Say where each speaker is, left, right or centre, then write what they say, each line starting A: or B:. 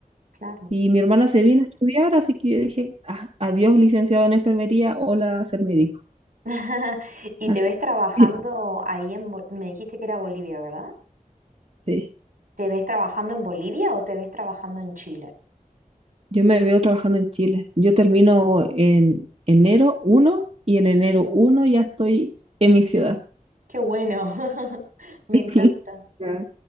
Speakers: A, on the right (about 75°); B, on the right (about 50°).
A: claro.
B: Y mi hermana se vino a estudiar, así que yo dije, "Ah, adiós, licenciado en enfermería, hola, ser médico.
A: <laughs> ¿Y
B: Así
A: te ves trabajando
B: que <laughs>
A: ahí en... Bo- Me dijiste que era Bolivia, ¿verdad?
B: sí,
A: ¿Te ves trabajando en Bolivia o te ves trabajando en Chile?
B: yo me veo trabajando en Chile. Yo termino en enero 1 y en enero 1 ya estoy en mi ciudad.
A: Qué bueno, <laughs> me
B: <laughs>
A: encanta.
B: Ya.